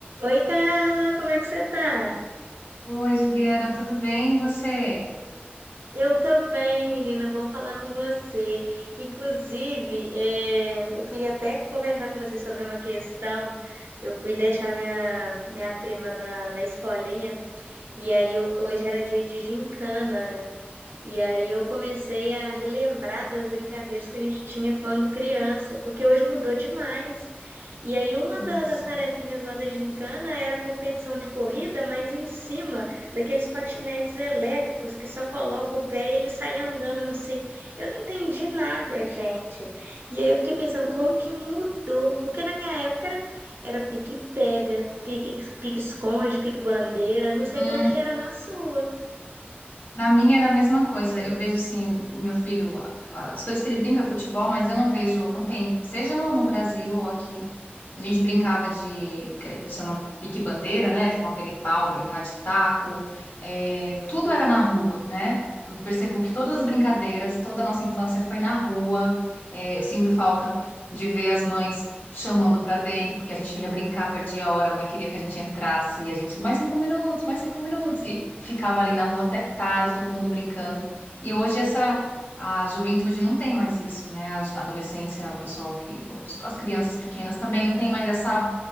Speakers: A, on the right; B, on the left.
A: Oi, Carla, como é que você tá?
B: Oi, Juliana, tudo bem? E você?
A: Eu tô bem, menina, bom falar com você. Inclusive, eh, eu queria até conversar com você sobre uma questão. Eu fui deixar minha, minha prima na, na escolinha e aí eu- hoje era dia de gincana, né? E aí eu comecei a relembrar das brincadeiras que a gente tinha quando criança, porque hoje mudou demais. E aí uma
B: Nossa.
A: da- das tarefinhas lá da gincana era a competição de corrida, mas em cima daqueles patinetes elétricos que só coloca o pé e ele sai andando assim. Eu não entendi nada, gente. E aí eu fiquei pensando, como que mudou? Porque na minha época era, era pique-pega, pique- pique-esconde, pique-bandeira, não
B: Uhum.
A: sei como é que era na sua.
B: Na minha era a mesma coisa. Eu vejo assim, o meu filho, a- as coisas que ele brinca, futebol, mas eu não vejo, não tem. Seja no, no Brasil ou aqui, a gente brincava de, que chama pique-bandeira, né? Que é com aquele pau, brincar de taco. É, tudo era na rua, né? Eu percebo que todas as brincadeiras, toda a nossa infância foi na rua. É, eu sinto falta. de ver as mães chamando pra dentro, porque a gente ia brincar, perdia a hora, a mãe queria que a gente entrasse, e a gente, mais cinco minutos, mais cinco minutos, e ficava ali na rua até tarde, todo mundo brincando. E hoje essa, a juventude não tem mais isso, né? A a adolescência, o pessoal que, os- as crianças pequenas também não tem mais essa,